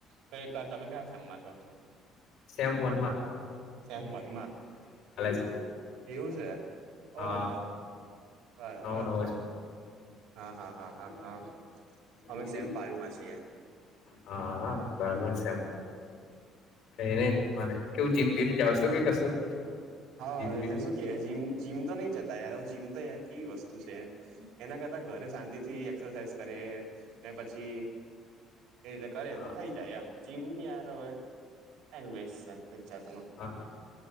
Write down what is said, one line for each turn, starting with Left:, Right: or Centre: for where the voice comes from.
Right: કઈ તમે કયા સેમમાં છો?
Left: સેમ વન માં.
Right: સેમમાં
Left: જ
Right: એવું છે
Left: હા
Right: ઓહ. બરાબર
Left: નવો નવો
Right: હા હા હા હા હા. અમે
Left: છે.
Right: સેમ પાયુમાં છી.
Left: હા બરાબર છે એમ કઈ નહી મારે. કેવું જીમ બીમ જાવ છો કે કશું
Right: હા
Left: જીમ
Right: હ
Left: બીમ
Right: એટલે શું. જીમ તો નહી જતા યાર જીમ તો યાર કે વસ્તુ છે એના કરતા ઘરે શાંતિ થી. એક્સરસાઝ કરે ને પછી એ રીતે કરે
Left: હા
Right: તો થઈ જાય એમ. જીમ બી યાર હોવે ટાઈમ વેસ્ટ છે એક જાતનો.
Left: હા